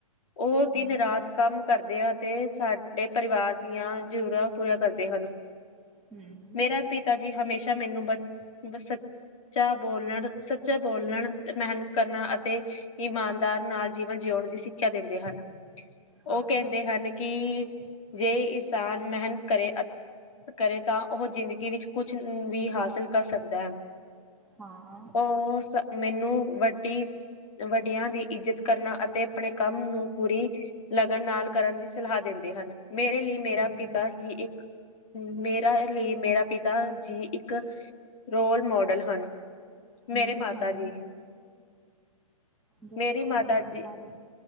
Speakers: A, on the left (about 60°); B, in the centre.
A: ਉਹ ਦਿਨ
B: ਹੂੰ,
A: ਰਾਤ
B: ਹੂੰ,
A: ਕੰਮ ਕਰਦੇ ਅਤੇ ਸਾਡੇ ਪਰਿਵਾਰ ਦੀਆਂ ਜ਼ਰੂਰਾਂ ਪੂਰੀਆਂ ਕਰ ਹਨ
B: ਹੂੰ,
A: ਮੇਰਾ ਪਿਤਾ ਜੀ ਹਮੇਸ਼ਾ ਮੈਨੂੰ ਬ ਸੱਚਾ ਬੋਲਣ ਸੱਚਾ ਬੋਲਣ ਮਿਹਨਤ ਕਰਨਾ ਅਤੇ ਇਮਾਨਦਾਰ ਨਾਲ ਜੀਵਨ ਜਿਉਣ ਦੀ ਸਿੱਖਿਆ ਦਿੰਦੇ ਹਨ। ਉਹ
B: ਹਾਂ,
A: ਕਹਿੰਦੇ ਹਨ ਕਿ ਜੇ ਇਨਸਾਨ ਮਿਹਨਤ ਕਰੇ। ਕਰੇ ਤਾਂ ਉਹ ਜ਼ਿੰਦਗੀ ਵਿੱਚ ਕੁਛ ਵੀ ਹਾਸਿਲ ਕਰ ਸਕਦਾ ਹੈ।
B: ਹਾਂ,
A: ਉਹ ਸ ਮੈਨੂੰ ਵੱਡੀ ਵੱਡਿਆਂ ਦੀ ਇੱਜਤ ਕਰਨਾ ਅਤੇ ਆਪਣੇ ਕੰਮ ਨੂੰ ਪੂਰੀ ਲਗਨ ਨਾਲ ਕਰਨ ਦੀ ਸਲਾਹ ਦਿੰਦੇ ਹਨ ਮੇਰੇ ਲਈ ਮੇਰਾ
B: ਹੂੰ।
A: ਪਿਤਾ ਹੀ ਇੱਕ ਮੇਰਾ ਲਈ ਮੇਰਾ ਪਿਤਾ ਜੀ ਇੱਕ ਰੋਲ ਮਾਡਲ ਹਨ ਮੇਰੇ
B: ਹੂੰ,
A: ਮਾਤਾ
B: ਹੂੰ,
A: ਜੀ
B: ਦੱਸੋ
A: ਮੇਰੀ
B: ਆਪਣੀ
A: ਮਾਤਾ
B: ਮੰਮੀ
A: ਜੀ
B: ਬਾਰੇ